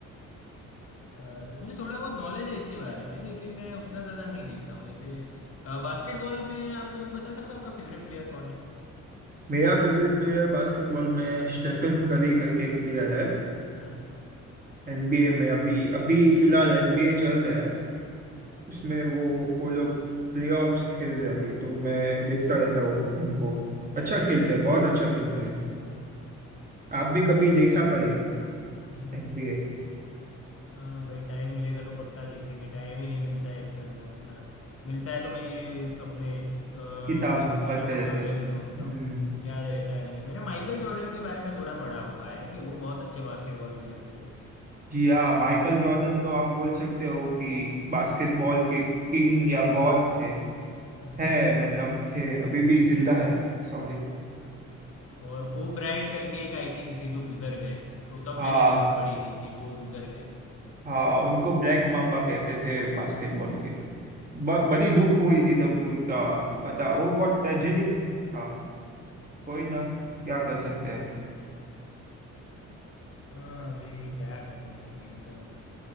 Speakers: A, on the left; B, on the right.
A: अच्छा, मुझे थोड़ा बहुत नॉलेज है इसके बारे में लेकिन मैं उतना ज़्यादा नहीं देखता हूँ जैसे बास्केटबॉल में आप मेरे को बता सकते हो आपका फेवरेट प्लेयर कौन है
B: मेरा फेवरेट प्लेयर बास्केटबॉल में स्टेफन करी करके एक प्लेयर है
A: अच्छा
B: एनबीए में अभी अभी फिलहाल एनबीए चल रहा है उसमें वो वो लोग प्लेऑफ्स खेल रहे हैं अभी तो मैं देखता रहता हूँ उनको अच्छा खेलते हैं बहुत अच्छा खेलते हैं आप भी कभी देखा करेंगे
A: हम्म,
B: एनबीए
A: हाँ भाई टाइम मिलेगा तो पक्का देखेंगे टाइम ही नहीं मिलता है एक्चुअल में उतना मिलता है तो मैं ये अपने अ,
B: किताब
A: री- किताबों
B: पढ़ते रहते
A: में और
B: हो
A: वैसे में होता
B: हम्म
A: हूँ याद रहता नहीं है मैंने माइकल जॉर्डन के बारे में थोड़ा पढ़ा हुआ है कि वो बहुत अच्छे बास्केटबॉल प्लेयर थे
B: जी हाँ माइकल जॉर्डन तो आप बोल सकते हो कि बास्केटबॉल के किंग या गॉड थे
A: हम्म,
B: है मतलब थे अभी भी जिंदा है सॉरी
A: और कोब ब्रायंट करके एक आई थिंक थे जो गुजर गए तो तब
B: हाँ
A: मैंने न्यूज़ पढ़ी थी कि वो गुजर गए
B: हाँ उनको ब्लैक माम्बा कहते थे बास्केटबॉल के ब, बड़ी दुख हुई थी तब उनका पता वो बहुत ट्रेजिक था कोई ना क्या कर सकते हैं
A: हाँ अभी क्या करें भाई ये सब